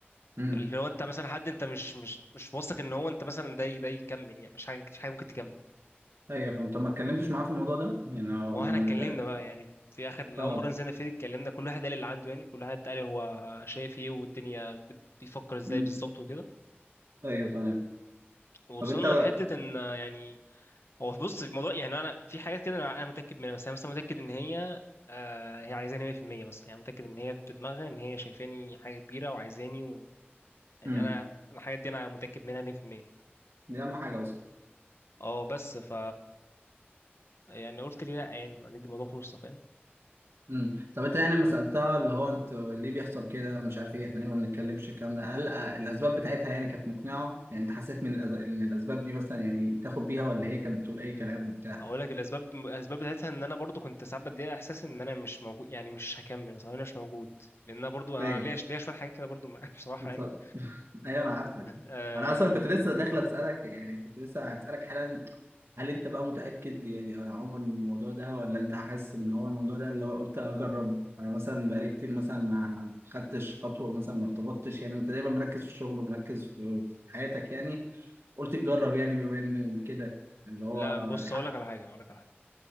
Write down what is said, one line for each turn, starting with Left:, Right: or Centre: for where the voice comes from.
Right: امم
Left: اللي هو انت مثلا حد انت مش مش مش واثق ان هو انت مثلا ده ي- ده يكمل يعني مش حاجة مش حاجة ممكن تكمل
Right: ايوه فهمت طب ما اتكلمتش معاها في الموضوع ده يعني هو
Left: ما هو
Right: ما
Left: احنا اتكلمنا بقى يعني في اخر
Right: اه
Left: اول مرة نزلنا فيه اتكلمنا كل واحد قال اللي عنده يعني كل واحد قال هو شايف ايه والدنيا بت- بيفكر ازاي
Right: امم
Left: بالظبط وكده
Right: ايوه تمام
Left: ووصلنا
Right: طب انت
Left: لحتة ان يعني هو بص في الموضوع يعني انا في حاجات كده انا متاكد منها بس انا مثلا متاكد ان هي آه هي عايزاني 100% مثلا يعني متاكد ان هي بتدماغها ان هي شايفاني حاجه كبيره وعايزاني و... يعني
Right: امم
Left: انا أنا الحاجات دي انا متاكد منها 100%
Right: دي اهم حاجة اصلا
Left: اه بس ف يعني قلت ليه لا يعني ما ندي الموضوع فرصه فاهم
Right: امم طب انت يعني لما سألتها اللي هو انت ليه بيحصل كده مش عارف ايه احنا ليه ما بنتكلمش الكلام ده هل آه، الاسباب بتاعتها يعني كانت مقنعة يعني انت حسيت من الأز... ان الاسباب دي مثلا يعني تاخد بيها ولا هي كانت بتقول اي كلام وبتاع
Left: اقول لك الاسباب الاسباب بتاعتها ان انا برضو كنت ساعات بدي احساس ان انا مش موجود يعني مش هكمل مثلا انا مش موجود لان انا برضو انا
Right: ايوه
Left: ليا ليا شويه حاجات كده برضو <laughs> بصراحه
Right: بص-
Left: يعني
Right: <laughs> ايوه انا عارفك
Left: آه
Right: انا اصلا كنت لسه داخل اسالك يعني كنت لسه هسالك حالا هل انت بقى متاكد يعني يا عمر من الموضوع ده ولا انت حاسس ان هو الموضوع ده اللي هو قلت اجرب انا مثلا بقالي كتير مثلا ما خدتش خطوه مثلا ما ارتبطتش يعني انت دايما مركز في الشغل ومركز في في حياتك يعني قلت تجرب يعني بما ان كده اللي هو
Left: لا بص
Right: حق
Left: اقول لك على حاجه اقول لك على حاجه